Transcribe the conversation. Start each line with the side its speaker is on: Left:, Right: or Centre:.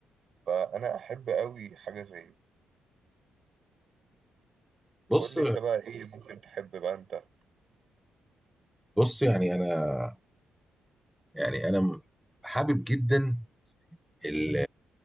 Right: فانا احب قوي حاجة زي دي
Centre: بص
Right: قول لي انت بقى ايه ممكن تحب بقى انت
Centre: بص يعني انا يعني انا م- حابب جدا ال-